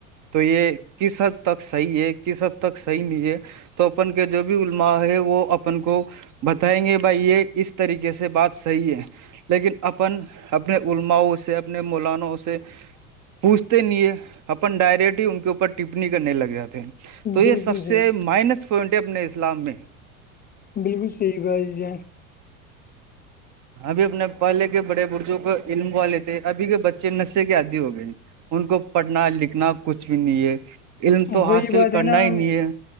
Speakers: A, on the right; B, on the left.
A: تو یہ کس حد تک صحیح ہے کس حد تک صحیح نہیں ہے توپن کے جو بھی علماء ہے وہ اپن کو بتائیں گے بھائی یہ اس طریقے سے بات صحیح ہے لیکن اپن اپنے علماؤں سے اپنے مولانوں سے پوچھتے نہیں اپن ڈائریکٹ ہی ان کے اوپر ٹپنی کرنے لگ جاتے ہیں تو یہ
B: بالکل
A: سب سے
B: صحیح
A: مائنس پوائنٹ ہے اپنے اسلام میں
B: بالکل صحیح بااتی جان
A: ابھی اپنے پہلے کے بڑے برجوں کو علموا لیے تھے ابھی کے بچے نشے کے عادی ہو گئے ان کو پڑھنا لکھنا کچھ بھی نہیں ہے علم تو
B: وہی
A: حاصل
B: بات
A: کرنا
B: ہے نا
A: ہی
B: ہم
A: نہیں ہے